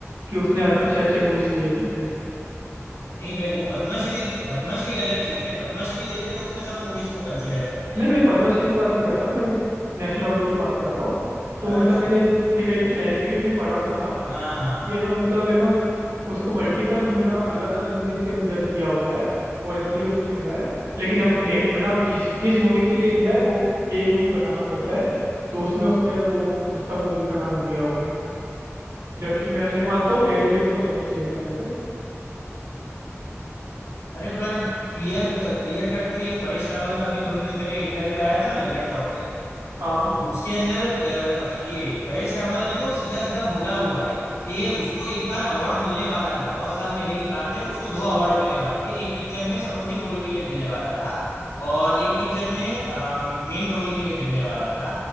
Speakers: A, on the right; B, on the left.
A: कि उसने अच्छे
B: हाँ
A: अच्छे मूवीज किए करके
B: नहीं भाई वो पद्मश्री पद्मश्री अलग चीज है पद्मश्री देते हैं उसमें सब मूवीज को कंसिडर करते
A: नहीं
B: हैं
A: मैं पद्मश्री की बात नहीं कर रहा मैं नेशनल अवार्ड की बात कर रहा हूँ तो
B: अच्छा
A: मतलब मैंने ये कहीं पे क्लैरिफिकेशन पढ़ा भी था
B: हाँ हाँ हाँ
A: कि है ना मतलब है ना उसको मल्टीपल ना अलग अलग मूवीज पे जज किया हुआ है और इसलिए उसको मिला है लेकिन हम ने है ना किस किस मूवी के लिए दिया है वो एक मूवी बताना पड़ता है तो उसमें उसने वो रुस्तम मूवी का नाम लिया होगा जबकि मैं मैं मानता हूँ एयरलिफ्ट को देना चाहिए था वैसे
B: अरे पर क्लियर क्लियर कट तो ये परेश रावल का अभी थोड़े दिन पहले इंटरव्यू आया था ना ललन टॉप पे
A: हाँ
B: तो उसके अंदर अ, अक्ष- ये परेश रावल ने तो सीधा सीधा बोला हुआ है कि उसको एक बार अवार्ड मिलने वाला था बहुत साल पहले की बात है उसको दो अवार्ड मिलने वाले थे एक पिक्चर में सपोर्टिंग रोल के लिए मिलने वाला था और एक पिक्चर में मेन रोल के लिए मिलने वाला था